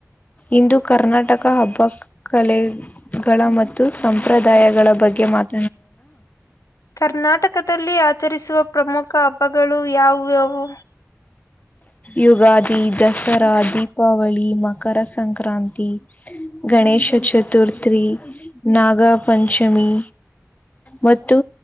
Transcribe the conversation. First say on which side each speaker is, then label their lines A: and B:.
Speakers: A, on the left; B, on the left.
A: ಇಂದು ಕರ್ನಾಟಕ ಹಬ್ಬ ಕಲೆಗಳ ಮತ್ತು ಸಂ ಸಂಪ್ರದಾಯಗಳ ಬಗ್ಗೆ ಮಾತ
B: ಕರ್ನಾಟಕದಲ್ಲಿ ಆ ಆಚರಿಸುವ ಪ್ರಮುಖ ಹಬ್ಬಗಳು ಯಾವುವ್ಯಾವು
A: ಯುಗಾದಿ ದಸರಾ ದೀಪಾವಳಿ ಮಕರ ಸಂಕ್ರಾಂತಿ ಗಣೇಶ ಶಶಚತುರ್ಥೀ ನಾಗ ಪಂಚಮಿ ಮತ್ತು